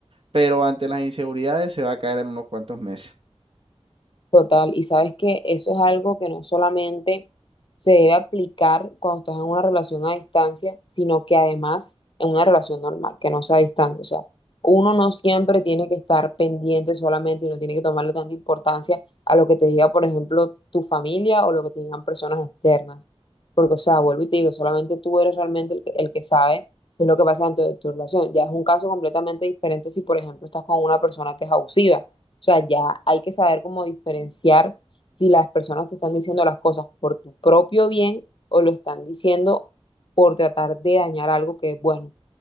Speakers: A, on the right; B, on the left.
A: pero ante las inseguridades se va a caer en unos cuantos meses.
B: Total, y sabes que eso es algo que no solamente se debe aplicar cuando estás en una relación a distancia, sino que además en una relación normal, que no sea a distancia. O sea, uno no siempre tiene que estar pendiente solamente y no tiene que tomarle tanta importancia a lo que te diga, por ejemplo, tu familia o lo que te digan personas externas. Porque, o sea, vuelvo y te digo, solamente tú eres realmente el que, el que sabe qué es lo que pasa dentro de tu relación. Ya es un caso completamente diferente si, por ejemplo, estás con una persona que es abusiva o sea, ya hay que saber cómo diferenciar si las personas te están diciendo las cosas por tu propio bien o lo están diciendo por tratar de dañar algo que es bueno.